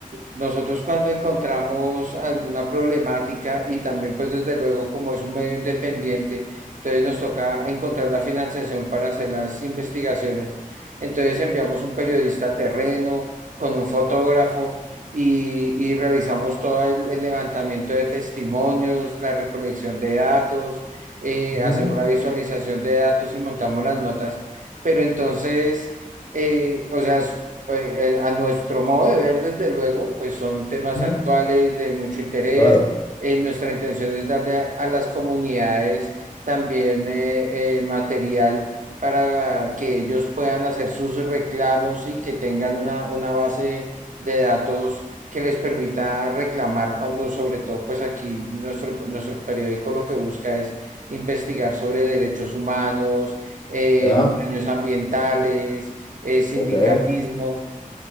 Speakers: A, on the right (about 60°); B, on the left (about 30°).
A: nosotros cuando encontramos alguna problemática y también pues desde luego como es un medio independiente, entonces nos toca encontrar la financiación para hacer las investigaciones. Entonces enviamos un periodista a terreno con un fotógrafo y, y realizamos todo el, el levantamiento de testimonios, la recolección de datos, eh,
B: Ujú.
A: hacemos la visualización de datos y montamos las notas. Pero entonces, eh, o sea, es- eh, eh, a nuestro modo de ver, desde luego, pues son temas
B: Ujú.
A: actuales de mucho interés.
B: Claro,
A: Eh, nuestra intención es darle a, a las comunidades también eh, eh, material para que ellos puedan hacer sus reclamos y que tengan una, una base de datos que les permita reclamar cuando sobre todo pues aquí nuestro, nuestro periódico lo que busca es investigar sobre derechos humanos, eh,
B: ya,
A: daños ambientales, eh, sindicalismo.
B: ok.